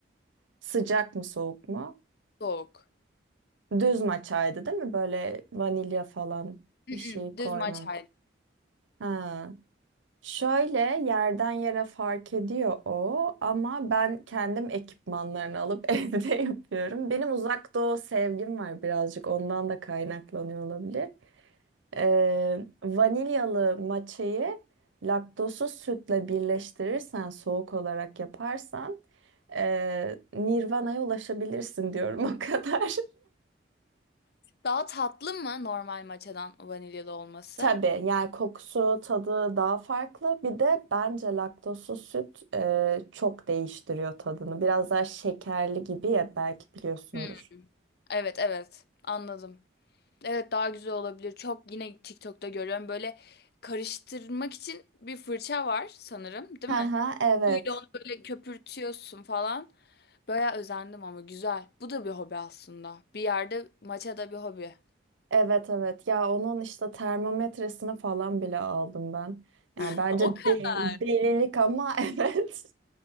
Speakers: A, on the right; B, on the left.
A: Sıcak mı soğuk mu?
B: Soğuk.
A: Düz maçaydı değil mi? Böyle vanilya falan
B: Mm-mm,
A: bir şey koymamış.
B: Düz matcha.
A: Ha. Şöyle yerden yere fark ediyor o ama ben kendim ekipmanlarını alıp <laughs> evde yapıyorum. Benim uzak doğu sevgim var birazcık ondan da kaynaklanıyor olabilir. Ee, vanilyalı matcha'yı laktozsuz sütle birleştirirsen, soğuk olarak yaparsan ee, Nirvana'ya ulaşabilirsin diyorum <laughs> o kadar.
B: Daha tatlı mı normal matcha'dan vanilyalı olması?
A: Tabii yani kokusu, tadı daha farklı. Bir de bence laktozsuz süt ee, çok değiştiriyor tadını. Biraz daha şekerli gibi ya belki biliyorsundur.
B: Hmm, Evet evet anladım. Evet daha güzel olabilir. Çok yine TikTok'ta görüyorum böyle karıştırmak için bir fırça var sanırım, değil
A: Aha,
B: mi?
A: evet.
B: suyla onu böyle köpürtüyorsun falan. Bayağı özendim ama güzel. Bu da bir hobi aslında. Bir yerde maça da bir hobi.
A: Evet evet ya onun işte termometresini falan bile aldım ben. Yani
B: <laughs>
A: bence
B: O kadar.
A: de- delilik ama <laughs> evet.